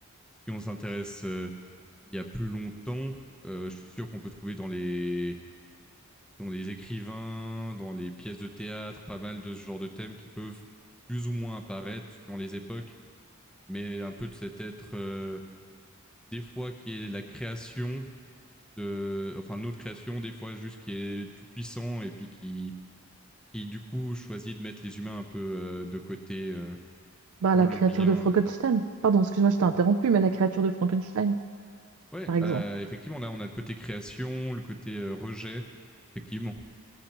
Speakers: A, in the centre; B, on the right.
A: si on s'intéresse euh, il y a plus longtemps, euh, je suis sûr qu'on peut trouver dans les dans les écrivains, dans les pièces de théâtre, pas mal de ce genre de thèmes qui peuvent plus ou moins apparaître suivant les époques, mais un peu de cet être euh, des fois qui est la création de, enfin notre création, des fois juste qui est tout puissant et puis qui, qui du coup choisit de mettre les humains un peu euh, de côté euh,
B: Bah,
A: pour
B: la
A: le
B: créature
A: bien.
B: de Frankenstein.
A: euh.
B: Pardon, excuse-moi, je t'ai interrompu, mais la créature de Frankenstein,
A: Ouais,
B: par exemple.
A: bah, effectivement là on a le côté création, le côté euh, rejet, effectivement.